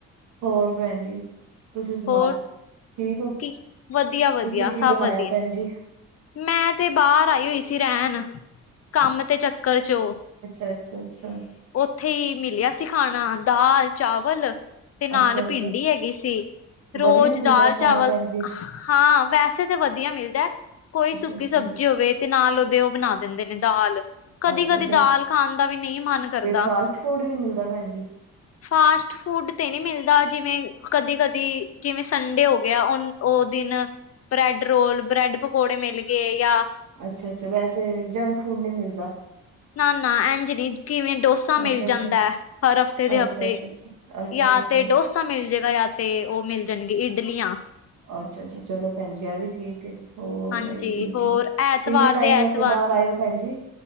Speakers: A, on the right; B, on the left.
A: ਹੋਰ ਭੈਣ ਜੀ, ਤੁਸੀਂ ਸੁਣਾਓ।
B: ਹੋਰ
A: ਠੀਕ ਹੋ
B: ਕੀ, ਵਧੀਆ-ਵਧੀਆ,
A: ਤੁਸੀਂ ਕੀ
B: ਸਭ
A: ਬਣਾਇਆ
B: ਵਧੀਆ।
A: ਭੈਣ ਜੀ
B: ਮੈਂ ਤੇ ਬਾਹਰ ਆਈ ਹੋਈ ਸੀ ਰਹਿਣ, ਕੰਮ ਤੇ ਚੱਕਰ ਚ ਔ।
A: ਅੱਛਾ-ਅੱਛਾ।
B: ਉੱਥੇ ਹੀ ਮਿਲਿਆ ਸੀ ਖਾਣਾ। ਦਾਲ, ਚਾਵਲ ਤੇ ਨਾਲ
A: ਅੱਛਾ ਅੱਛਾ
B: ਭਿੰਡੀ
A: ਅੱਛਾ
B: ਹੈਗੀ ਸੀ। ਰੋਜ਼
A: ਵਧੀਆ ਮਿਲਦਾ
B: ਦਾਲ-ਚਾਵਲ।
A: ਹੈ ਖਾਣਾ ਭੈਣ ਜੀ
B: ਹਾਂ, ਵੈਸੇ ਤੇ ਵਧੀਆ ਮਿਲਦੈ। ਕੋਈ
A: ਅੱਛਾ
B: ਸੁੱਕੀ
A: ਅੱਛਾ
B: ਸਬਜ਼ੀ ਹੋਵੇ ਤੇ ਨਾਲ ਉਹਦੇ ਉਹ ਬਣਾ ਦਿੰਦੇ ਨੇ, ਦਾਲ। ਕਦੀ-ਕਦੀ
A: ਅੱਛਾ ਅੱਛਾ
B: ਦਾਲ ਖਾਣ ਦਾ ਵੀ ਨਹੀਂ ਮਨ ਕਰਦਾ।
A: ਤੇ ਫਾਸਟ ਫੂਡ ਵੀ ਮਿਲਦਾ ਭੈਣ ਜੀ।
B: ਫਾਸਟ ਫੂਡ ਤੇ ਨਹੀਂ ਮਿਲਦਾ। ਜਿਵੇਂ ਕਦੀ-ਕਦੀ, ਜਿਵੇਂ ਸੰਡੇ ਹੋ ਗਿਆ। ਉਨ ਉਹ ਦਿਨ ਬ੍ਰੈਡ ਰੋਲ, ਬ੍ਰੈਡ ਪਕੌੜੇ ਮਿਲ ਗਏ, ਯਾ
A: ਅੱਛਾ- ਅੱਛਾ, ਵੈਸੇ ਜੰਕ ਫੂਡ ਨਹੀਂ ਮਿਲਦਾ।
B: ਨਾ-ਨਾ, ਇੰਝ ਨਹੀਂ। ਕਿਵੇਂ ਡੋਸਾ ਮਿਲ
A: ਅੱਛਾ
B: ਜਾਂਦੈ,
A: ਅੱਛਾ
B: ਹਰ ਹਫ਼ਤੇ ਅਗਲੇ
A: ਅੱਛਾ
B: ਹਫ਼ਤੇ,
A: ਅੱਛਾ ਅੱਛਾ ਅੱਛਾ
B: ਯਾ
A: ਅੱਛਾ
B: ਤੇ ਡੋਸਾ ਮਿਲ ਜੇਗਾ ਯਾ ਤੇ ਉਹ ਮਿਲ ਜਾਣਗਿਆਂ, ਇਡਲੀਆਂ।
A: ਅੱਛਾ-ਅੱਛਾ, ਚਲੋ ਭੈਂਜੀ ਐ ਵੀ ਠੀਕ ਏ। ਹੋਰ
B: ਹਾਂਜੀ
A: ਏਹੀ ਠੀਕ
B: ਹੋਰ
A: ਹੈ। ਕਿੰਨੇ
B: ਐਤਵਾਰ
A: ਟਾਈਮ
B: ਦੇ ਐਤਵਾਰ
A: ਆਸਤੇ ਬਾਹਰ ਆਇ ਓ ਭੈਂਜੀ?